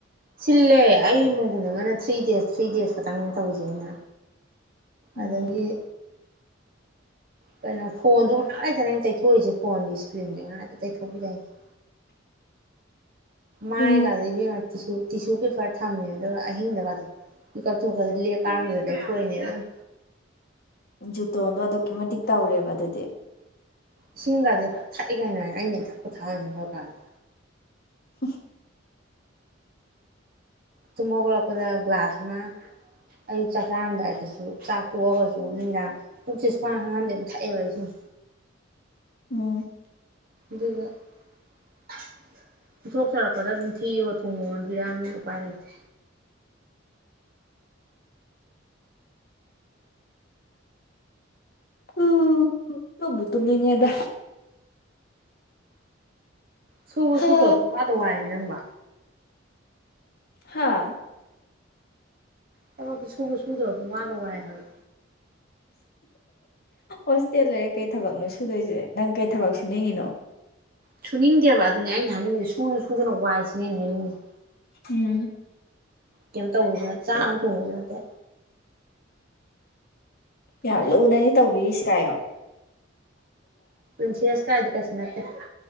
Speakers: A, on the right; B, on the left.
A: ꯁꯤꯜꯂꯦ ꯑꯩ ꯃꯣꯟꯒꯨꯝ ꯑꯃꯅ ꯊ꯭ꯔꯤ ꯗꯦꯖ ꯊ꯭ꯔꯤ ꯗꯦꯖ ꯈꯛꯇꯪꯅꯦ ꯇꯧꯔꯤꯁꯦ ꯑꯩꯅ
B: ꯎꯝ
A: ꯑꯗꯒꯤ ꯀꯩꯅꯣ ꯐꯣꯟꯗꯣ ꯉꯥꯏꯍꯥꯛꯂꯩꯇꯅ ꯑꯩꯅ ꯇꯩꯊꯣꯛꯏꯁꯦ ꯐꯣꯟꯒꯤ ꯏꯁꯀ꯭ꯔꯤꯟꯗ ꯉꯥꯏꯍꯥꯛꯇ ꯇꯩꯊꯣꯛꯄꯤꯔꯛꯏꯁꯦ ꯃꯥꯏꯒꯁꯦ
B: ꯎꯝ
A: ꯏꯕꯦꯝꯃꯥ ꯇꯤꯁꯨ ꯇꯤꯁꯨ ꯄꯦꯄꯔ ꯊꯝꯃꯦ ꯑꯗꯨꯒ ꯑꯍꯤꯡꯗꯒꯁꯦ ꯃꯤꯀꯞ ꯊꯣꯛꯄꯗ ꯂꯦꯛ ꯀꯥꯔꯝꯕꯗ ꯇꯩꯊꯣꯛꯇꯣꯏꯅꯦ ꯑꯗꯨꯝ
B: ꯖꯨꯇꯣꯟꯗꯣ ꯑꯗꯨꯛꯀꯤ ꯃꯇꯤꯛ ꯇꯧꯔꯦꯕ ꯑꯗꯨꯗꯤ
A: ꯏꯁꯤꯡꯒꯥꯁꯦ ꯊꯛꯑ ꯀꯩꯅꯣ ꯑꯩ ꯑꯩꯅ ꯏꯊꯛꯄꯨ ꯊꯛꯑꯝꯅꯤ ꯑꯩꯈꯣꯏ ꯀꯥꯗ
B: ꯍ
A: ꯇꯨꯝ ꯍꯧꯒꯠꯂꯛꯄꯗ ꯒ꯭ꯂꯥꯁ ꯑꯃ ꯑꯩ ꯆꯥꯛ ꯆꯥꯔꯝꯗꯥꯏꯗꯁꯨ ꯆꯥꯛ ꯑꯣꯛꯑꯒꯁꯨ ꯅꯨꯃꯤꯗꯥꯡ ꯄꯨꯛꯁꯦ ꯁꯨꯡ ꯍꯥꯡ ꯍꯥꯡꯍꯟꯗꯕꯤꯗ ꯊꯛꯑꯦꯕ ꯁꯨꯝ
B: ꯎꯝ
A: ꯑꯗꯨꯒ <inaudible> ꯄꯤꯊꯣꯛꯆꯔꯛꯄꯗ ꯑꯗꯨꯝ ꯊꯤꯌꯣ ꯊꯨꯡꯉꯣꯅ ꯄꯤꯔꯛꯑꯕꯅꯤꯅ ꯎꯄꯥꯏ ꯂꯩꯇꯦ
B: ꯎ ꯇꯨꯝꯕꯨ ꯇꯨꯝꯅꯤꯡꯉꯦꯗ
A: ꯁꯨꯕ
B: ꯍꯥ
A: ꯁꯨꯗꯕ ꯄꯪꯋꯥꯗ ꯋꯥꯏꯌꯦꯃꯤ ꯅꯪꯕꯣ
B: ꯍꯥꯥ
A: ꯊꯕꯛꯁꯦ ꯁꯨꯕ ꯁꯨꯗꯕ ꯄꯪꯋꯥꯗ ꯋꯥꯏ ꯍꯥꯏꯕ
B: ꯍꯣꯁꯇꯦꯜ ꯂꯩꯔꯦ ꯀꯩ ꯊꯕꯛꯅꯣ ꯁꯨꯗꯣꯏꯁꯦ ꯅꯪ ꯀꯩ ꯊꯕꯛ ꯁꯨꯅꯤꯡꯉꯤꯅꯣ
A: ꯁꯨꯅꯤꯡꯗꯦꯕ ꯑꯗꯨꯅꯦ ꯑꯩꯅ ꯍꯥꯏꯅꯤꯡꯉꯤꯁꯦ ꯁꯨꯁꯨ ꯁꯨꯗꯅ ꯋꯥꯏꯁꯤꯅꯦ ꯍꯥꯏꯅꯤꯡꯉꯤꯁꯦ
B: ꯎꯝ
A: ꯀꯩꯝ ꯇꯧꯔꯨꯕ ꯆꯥꯛ ꯑꯃ ꯊꯣꯡꯉꯨꯕꯁꯨ ꯅꯠꯇꯦ
B: ꯌꯥꯔꯦ ꯂꯨꯅꯅꯤ ꯇꯧꯕꯤꯔꯤꯁꯦ ꯍꯥꯏꯌꯣ
A: ꯄꯨꯁꯤ ꯑꯁ ꯀꯥꯏꯗ <unintelligible>